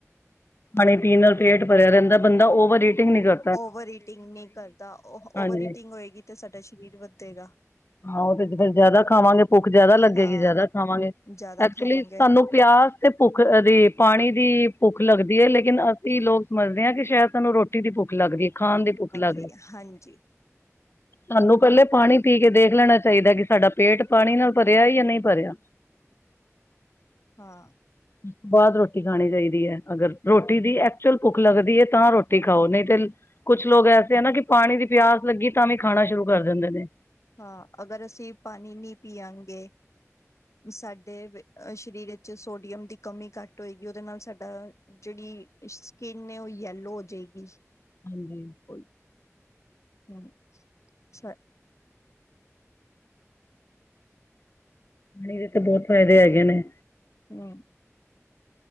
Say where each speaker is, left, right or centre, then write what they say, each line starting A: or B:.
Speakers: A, on the left (about 50°); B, on the left (about 65°).
A: ਪਾਣੀ ਪੀਣ ਨਾਲ ਪੇਂਟ ਭਰਿਆ ਰੈਂਦਾ ਬੰਦਾ ਓਵਰ ਏਟਿੰਗ ਨੀ ਕਰ
B: ਓਵਰ ਈਟਿੰਗ ਨੀ ਕਰਦਾ, ਉਹ
A: ਹਾਂਜੀ
B: ਓਵਰ ਈਟਿੰਗ ਹੋਏਗੀ ਤੇ ਸਾਡਾ ਸਰੀਰ ਵੱਧੇਗਾ।
A: ਹਾਂ ਓ ਤੇ ਜ ਫੇਰ ਜਿਆਦਾ ਖਾਵਾਂਗੇ ਭੁੱਖ ਜਿਆਦਾ ਲੱਗੇਗੀ
B: ਹਾਂ
A: ਜਿਆਦਾ ਖਾਵਾਂਗੇ,
B: ਜ਼ਿਆਦਾ
A: ਐਕਚੁਲੀ
B: ਖਾਵਾਂਗੇ
A: ਸਾਨੂੰ ਪਿਆਸ ਤੇ ਭੁੱਖ ਦੀ ਪਾਣੀ ਦੀ ਭੁੱਖ ਲੱਗਦੀ ਏ ਲੇਕਿਨ ਅਸੀਂ ਲੋਕ ਸਮਝਦੇ ਆ ਕਿ ਸ਼ਾਇਦ ਸਾਨੂੰ ਰੋ ਟੀ ਦੀ ਭੁੱਖ ਲੱਗਦੀ ਏ, ਖਾਣ ਦੀ ਭੁੱਖ ਲੱਗ,
B: ਰਹੀ ਹੈ ਹਾਂਜੀ
A: ਸਾਨੂੰ ਪੈਲੇ ਪਾਣੀ ਪੀ ਕੇ ਦੇਖ ਲੈਣਾ ਚਾਈਦਾ ਕਿ ਸਾਡਾ ਪੇਂਟ ਪਾਣੀ ਨਾਲ ਭਰਿਆ ਜਾਂ ਨਈ ਭਰਿਆ।
B: ਹਾਂ‌।
A: <inaudible> ਬਾਅਦ ਰੋਟੀ ਖਾਣੀ ਚਾਈਦੀ ਐ ਅਗਰ ਰੋਟੀ ਦੀ ਐਕਚੁਅਲ ਭੁੱਖ ਲੱਗਦੀ ਏ ਤਾਂ ਰੋਟੀ ਖਾਓ ਨਈ ਤੇ ਕੁਛ ਲੋਗ ਐਸੇ ਆ ਨਾ ਕਿ ਪਾਣੀ ਦੀ ਪਿਆਸ ਲੱਗੀ ਤਾਂ ਵੀ ਖਾਣਾ ਸ਼ੁਰੂ ਕਰ ਦਿੰਦੇ ਨੇ।
B: ਹਾਂ ਅਗਰ ਅਸੀਂ ਪਾਣੀ ਨੀ ਪੀਆਗੇ ਸਾਡੇ ਅ ਸਰੀਰ ਵਿੱਚ ਸੋਡੀਅਮ ਦੀ ਕਮੀ ਘੱਟ ਹੋਏਗੀ ਉਦੇ ਨਾਲ ਸਾਡਾ ਜੇੜੀ ਸਕਿੰਨ ਏ ਓ ਯੈਲੋ ਹੋਜੇਗੀ।
A: ਹਾਂਜੀ।
B: ਉਈ, ਹੂੰ, ਸਾ
A: ਏਦੇ ਤੇ ਬੋਤ ਫਾਇਦੇ ਹੈਗੇ ਨੇ।
B: ਹੂੰ।